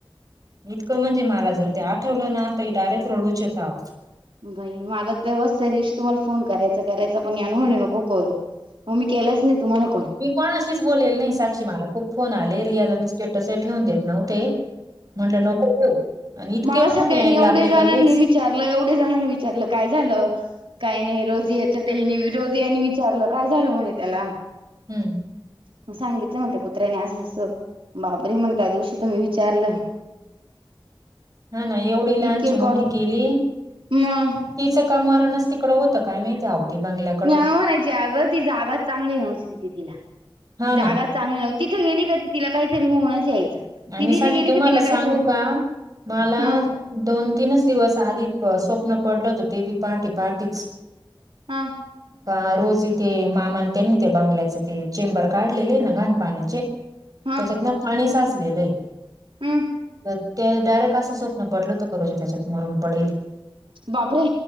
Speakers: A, on the right; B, on the right.
A: इतकं म्हणजे मला जर ते आठवलं ना त डायरेक्ट रडूच आओ.
B: बाई मला तेवस त्या दिवशी तुम्हाला फोन करायचा करायचा पण यान म्हणे नको करून. मग मी केलाच नाही तुम्हाला.
A: मी कोण अशीच बोलेल नाही साक्षी मला खूप फोन आले रिअल इस्टेटचे ठेवून देत नव्ह ते. म्हंलं नको ठेऊ आणि इतके
B: मला
A: फोन
B: सगळ्यांनी
A: यायला
B: एवढे
A: लागले
B: जणांनी
A: लगेच
B: विचारलं एवढ्या जणांनी विचारलं काय झालं. काही नाही रोजियाच्या त्या रोजियानी विचारलं काय झालं म्हणे त्याला.
A: हम्म.
B: म सांगितलं म्हटलं कुत्र्यानी असं असं बाबरे म त्या दिवशी तर मी विचारलं.
A: हा ना एवढी लहानची
B: इतके
A: मोठी
B: कॉल
A: केली
B: मग
A: तिचं का मरणच ते तिकड होत काय माहिती आओ ते बंगल्या
B: न म्हणायची ती जागा चांगली नव्हती तिथे तिला
A: हा
B: ती जागा
A: ना
B: चांगलं नव तिथे गेली का ती तिला काहीतरी होनच यायचं.
A: आणि
B: ती तिथे
A: सा
B: गेली
A: तुम्हाला
B: की तिला काहीतरी
A: सांगू का मला
B: हा
A: दोन तीनच दिवस आधी स्वप्न पडलं होत ते बी पहाटे पहाटेच.
B: हा.
A: का रोज इथे मामा त्यांनी ते बंगल्याच ते चेंबर काढलेले ना घाण पाण्याचे.
B: हा
A: त्याच्यात ना पाणी साचलेलंय.
B: हम्
A: तर ते डायरेक्ट असं स्वप्न पडल तर करोजी त्याच्यात मरून पडेल ये.
B: बाबरे.